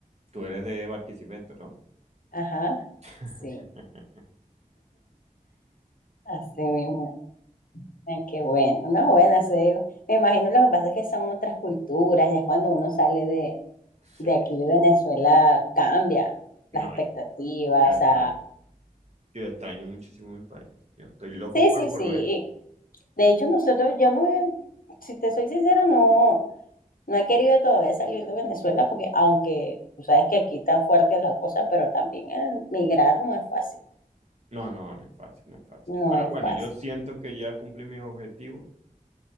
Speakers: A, on the right; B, on the left.
A: tú eres de Barquisimeto, ¿no?
B: Ajá.
A: <laughs>
B: Sí, así mismo. Ah, qué bueno. No, bueno, sí, Me imagino lo que pasa es que son otras culturas, ya cuando uno sale de,
A: Sí.
B: de aquí de Venezuela cambia las
A: No,
B: expectativas,
A: yo estoy,
B: o sea,
A: Yo extraño muchísimo mi país. Yo estoy loco
B: sí,
A: por
B: sí,
A: volver.
B: sí. De hecho, nosotros, yo no, he- si te soy sincera, no. No he querido todavía salir de Venezuela porque aunque tú sabes que aquí está fuerte la cosa, pero también eh, migrar no es fácil,
A: No, no, no es fácil, no es fácil.
B: no
A: Pero
B: es
A: bueno,
B: fácil.
A: yo siento que ya cumplí mis objetivos